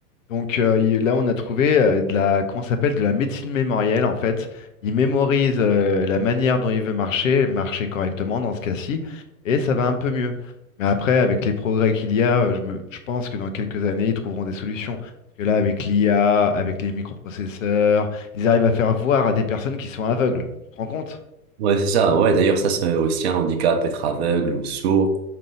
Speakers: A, on the left; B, on the right.
A: Donc euh, il- là, on a trouvé euh, de la, comment ça s'appelle, de la médecine mémorielle en fait. Il mémorise euh, la manière dont il veut marcher, marcher correctement dans ce cas-ci, et ça va un peu mieux. Mais après, avec les progrès qu'il y a, euh, je me- je pense que dans quelques années, ils trouveront des solutions. Parce que là, avec l'IA, avec les microprocesseurs, ils arrivent à faire voir à des personnes qui sont aveugles. Tu te rends compte?
B: Ouais, c'est ça. Ouais, d'ailleurs, ça, c'est aussi un handicap, être aveugle ou sourd.